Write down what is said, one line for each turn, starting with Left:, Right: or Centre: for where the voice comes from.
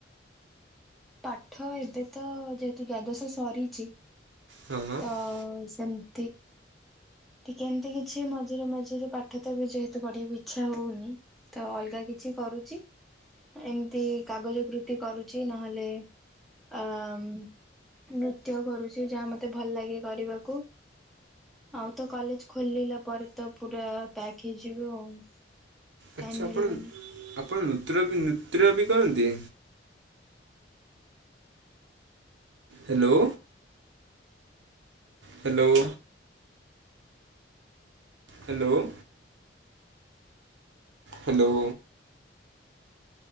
Centre: ପାଠ, ଏବେ ତ ଯେହେତୁ ଦ୍ଵାଦଶ ସରିଛି।
Right: ହଁ
Centre: ତ ସେମ <inaudible> ଟିକେ ଏମିତି କିଛି ମଝିରେ ମଝିରେ ପାଠ ତ ଏବେ ଯେହେତୁ ପଢିବାକୁ ଇଚ୍ଛା ହଉନି- ତ ଅଲଗା କିଛି କରୁଛି ଏମିତି କାଗଜ କୃତି କରୁଛି ନହେଲେ ଲେ ଆମ୍ ନୃତ୍ୟ କରୁଛି ଯାହା ମତେ ଭଲ ଲାଗେ କରିବାକୁ- ଆଉ ତ କଲେଜ ଖୋଲିଲା ପରେ ତ ପୁରା ପ୍ୟାକ୍ ହେଇଯିବ ଆଉ ଟାଇମ
Right: ଆଚ୍ଛା ଆପଣ
Centre: ମିଳିବନି।
Right: ନୁ ଆପଣ ନୁତ୍ର୍ୟ ବି ନୁତ୍ର୍ୟ ବି କରନ୍ତି? Hello. Hello. Hello. Hello.